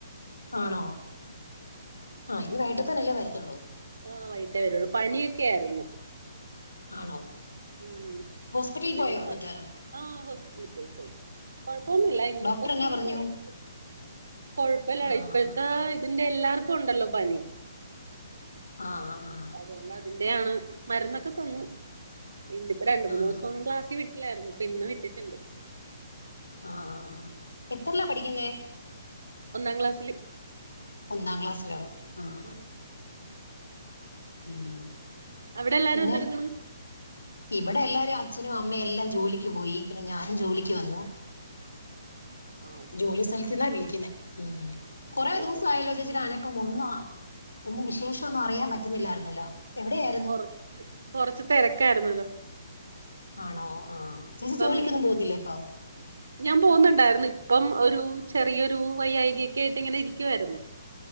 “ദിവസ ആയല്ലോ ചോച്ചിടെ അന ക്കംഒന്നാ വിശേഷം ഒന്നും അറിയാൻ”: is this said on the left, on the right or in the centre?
Left